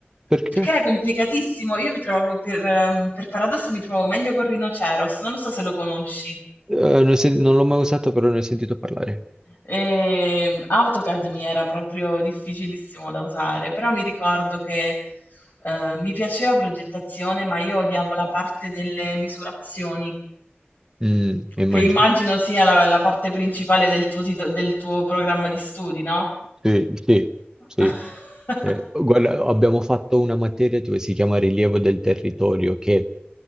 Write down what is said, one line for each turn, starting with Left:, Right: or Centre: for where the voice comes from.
Right: perché?
Left: Perché era complicatissimo. Io mi trovavo per, ehm, per paradosso mi trovavo meglio con Rhinoceros, non lo so se lo conosci.
Right: Eh, non, ho sen- non l'ho mai usato, però ne ho sentito parlare.
Left: E AutoCAD mi era proprio difficilissimo da usare, però mi ricordo che eh, mi piaceva progettazione, ma io odiavo la parte delle misurazioni,
Right: Mm, immagino.
Left: che immagino sia la, la parte principale del tuo, tito- del tuo programma di studi, no?
Right: Sì, sì,
Left: <laughs>
Right: sì. Eh, guarda, abbiamo fatto una materia dove si chiama rilievo del territorio, che